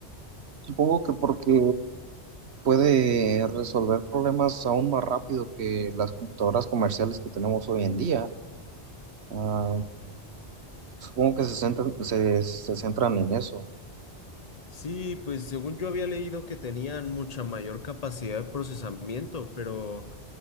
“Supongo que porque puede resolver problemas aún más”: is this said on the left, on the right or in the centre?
Right